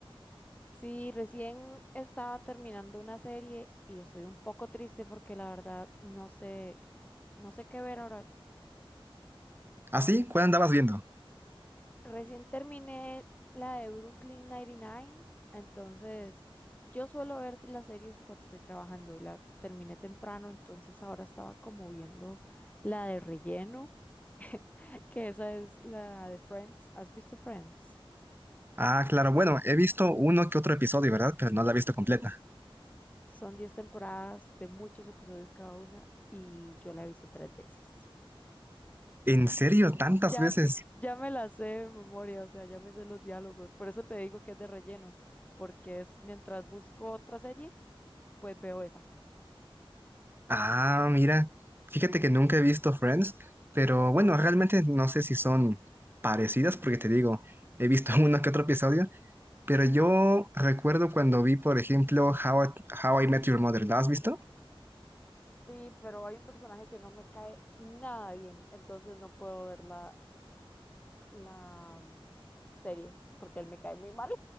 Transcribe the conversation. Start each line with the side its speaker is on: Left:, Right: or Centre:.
Left: Sí, recién estaba terminando una serie y estoy un poco triste porque la verdad no sé, no sé qué ver ahora.
Right: ¿Ah, sí? ¿Cuál andabas viendo?
Left: Recién terminé la de Brooklyn 99, entonces yo suelo ver las series cuando estoy trabajando y la terminé temprano, entonces ahora estaba como viendo la de relleno, <laughs> que esa es la de Friends. ¿Has visto Friends?
Right: Ah, claro, bueno, he visto uno que otro episodio, ¿verdad? Pero no la he visto completa.
Left: Son 10 temporadas de muchos episodios cada una y yo la he visto tres veces.
Right: ¿En serio? ¿Tantas
Left: Ya,
Right: veces?
Left: ya me la sé de memoria, o sea, ya me sé los diálogos. Por eso te digo que es de relleno, porque es mientras busco otra serie, pues veo esa.
Right: Ah, mira, fíjate que nunca he visto Friends, pero bueno, realmente no sé si son parecidas, porque te digo, he visto <laughs> uno que otro episodio, Pero yo recuerdo cuando vi, por ejemplo, How I, How I Met Your Mother. ¿La has visto?
Left: Sí, pero hay un personaje que no me cae nada bien, entonces no puedo ver la, la mm, serie, porque él me cae muy mal.